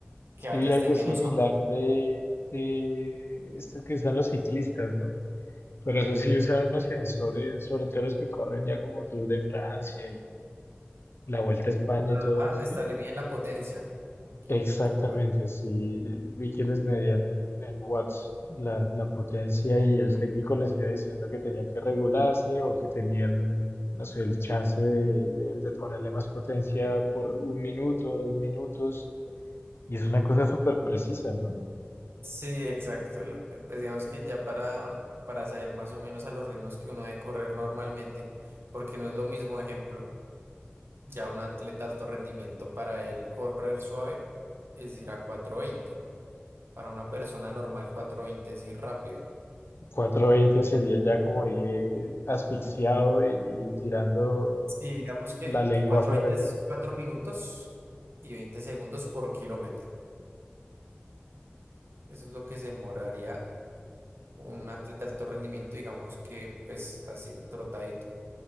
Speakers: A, on the right; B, on the left.
A: que
B: sí
A: vayas
B: vi algo
A: de menos
B: similar
A: a
B: de, de esto que usan los ciclistas, ¿no? Pero eso sí usaron unos sensores, sobre todo los que corren ya como Tour de Francia y la Vuelta a España y
A: más,
B: todo
A: Ajá,
B: esto.
A: esta le miden la potencia en kil-
B: Exactamente,
A: en kilovatios.
B: sí, vi que les medían en, en watts la, la potencia y el técnico les iba diciendo que tenían que regularse o que tenían, no sé, el chance de, de- de ponerle más potencia por un minuto, dos minutos. Y es una cosa súper precisa, ¿no?
A: Sí, exacto. lo- Pues digamos que ya para, para saber más o menos a los ritmos que uno debe correr normalmente, porque no es lo mismo, ejemplo. Ya un atleta de alto rendimiento para él correr suave es ir a cuatro veinte Para una persona normal 420 es ir rápido.
B: cuatrocientos veinte sería ya como ir asfixiado y tirando
A: Sí, digamos que,
B: la lengua
A: que cuatro
B: afuera
A: veinte es cuatro minutos y veinte segundos por kilómetro. Eso es lo que se demoraría un atleta de alto rendimiento, digamos que pues así trotadito.